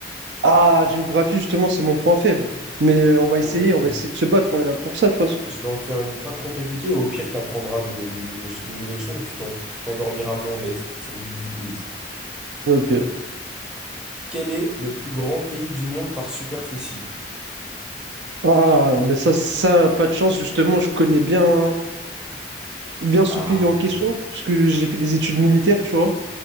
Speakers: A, on the right; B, in the centre.
A: Ah, géographie, justement, c'est mon point faible. Mais euh, on va essayer,
B: Ok. Je
A: on va essayer de se battre, on est là pour ça, de toute façon.
B: je vais en faire une pas trop compliquée. Au pire, t'apprendras de, de nouveaux- de nouvelles choses et tu t'en- tu t'endormiras moins bête. C'est le but du quiz.
A: Ok.
B: Quel est le plus grand pays du monde par superficie?
A: Ah, mais ça, ça, pas de chance, justement, je connais bien, bien ce
B: Ah,
A: pays en question,
B: mince.
A: puisque j'ai fait des études militaires, tu vois.